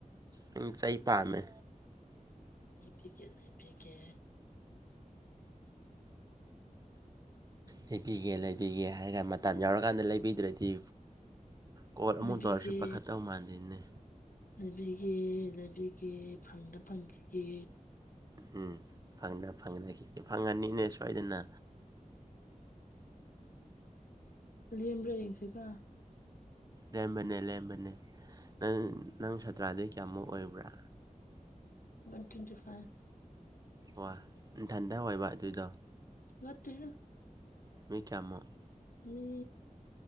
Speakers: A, on the right; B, on the left.
A: ꯅꯪ ꯆꯩ ꯄꯥꯝꯃꯦ
B: ꯂꯩꯕꯤꯒꯦ ꯂꯩꯕꯤꯒꯦ
A: ꯂꯩꯕꯤꯒꯦ ꯂꯩꯕꯤꯒꯦ ꯍꯥꯏꯔ ꯃꯇꯥꯝ ꯌꯧꯔꯀꯥꯟꯗ ꯂꯩꯕꯤꯗ꯭ꯔꯗꯤ ꯀꯣꯠ ꯑꯃꯨꯛ
B: ꯂꯩꯕꯤꯒꯦ
A: ꯇꯧꯔꯁꯨ ꯄꯥꯈꯠꯇꯧ ꯃꯥꯟꯗꯦꯅꯦ
B: ꯂꯩꯕꯤꯒꯦ ꯂꯩꯕꯤꯒꯦ ꯐꯪꯗ ꯐꯪꯈꯤꯒꯦ
A: ꯎꯝ ꯐꯪꯗ ꯐꯪꯉꯅꯤ <unintelligible> ꯐꯪꯉꯅꯤꯅꯦ ꯁꯣꯏꯗꯅ
B: ꯂꯦꯝꯕ꯭ꯔ ꯌꯦꯡꯁꯤꯀꯣ
A: ꯂꯦꯝꯕꯅꯦ ꯂꯦꯝꯕꯅꯦ ꯅꯪ ꯅꯪ ꯁꯥꯇ꯭ꯔꯥꯗꯤ ꯀ꯭ꯌꯥꯃꯨꯛ ꯑꯣꯏꯕ꯭ꯔꯥ
B: ꯋꯥꯟ ꯇꯣꯏꯟꯇꯤ ꯐꯥꯏꯚ
A: ꯋꯥ ꯅꯊꯟꯗ ꯑꯣꯏꯕ ꯑꯗꯨꯗꯣ
B: ꯅꯠꯇꯦꯍꯦ
A: ꯃꯤ ꯀ꯭ꯌꯥꯃꯨꯛ
B: ꯃꯤ